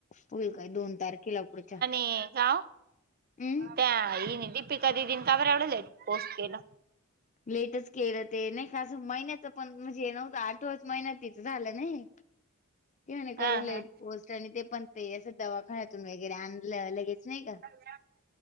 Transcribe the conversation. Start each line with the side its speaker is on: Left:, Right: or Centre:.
Left: होईल काय दोन तारखेला पुढच्या
Right: का
Left: हम्म
Right: त्या ह दीपिका दिदीनी काबर आवडल पोस्ट केलं.
Left: लेटच केलं ते नाही खसं महिन्याच पण म्हणजे हे नव्हतं आठवाच महिन्यात तिथं झालं नाही. <inaudible> किं नाही करू
Right: हा
Left: ला
Right: हा
Left: पोस्ट आणि ते पण ते असं दवाखान्यातून वगैरे आणलं लगेच नाही का.
Right: अ <unintelligible>